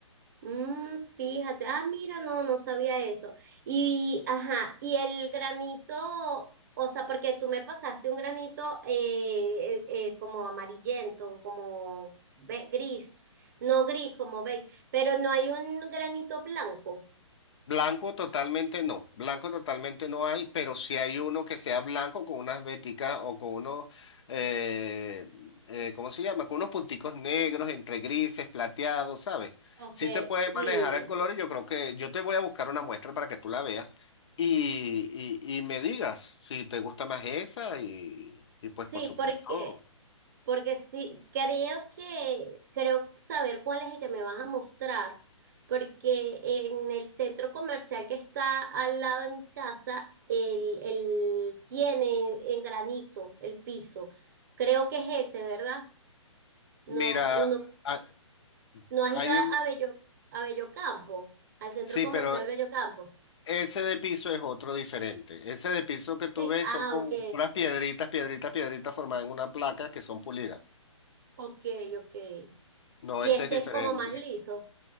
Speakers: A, on the right (about 35°); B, on the left (about 60°).
A: Mm, fíjate, ah, mira, no, no sabía eso. Y, ajá, y el granito, o sea, porque tú me pasaste un granito eh, eh, eh, como amarillento, como ve- gris, no gris, como beige, pero no hay un granito blanco.
B: Blanco totalmente no, blanco totalmente no hay, pero si hay uno que sea blanco con unas veticas o con unos, eh, eh, ¿cómo se llama? Con unos punticos negros entre grises, plateados, ¿sabes?
A: Ok,
B: Sí se puede
A: sí.
B: manejar el color y yo creo que yo te voy a buscar una muestra para que tú la veas y, y, y me digas si te gusta más esa y, y pues
A: Sí,
B: por supuesto,
A: porque, porque sí, creo que, creo saber cuál es el que me vas a mostrar, porque en el centro comercial que está al lado de mi casa, el, el tiene en granito el piso. Creo que es ese, ¿verdad? No,
B: mira,
A: uno,
B: ha-
A: ¿no has
B: hay
A: ido a,
B: un,
A: a Bello, a Bellocampo, al centro
B: sí,
A: comercial
B: pero
A: Bellocampo?
B: Ese de piso es otro diferente. Ese de piso que tú
A: Sí,
B: ves
A: ah,
B: son como
A: ok,
B: unas piedritas, piedritas, piedritas formadas en una placa que son pulidas.
A: ok, ok.
B: No,
A: Y
B: ese
A: este
B: es diferente.
A: es como más liso.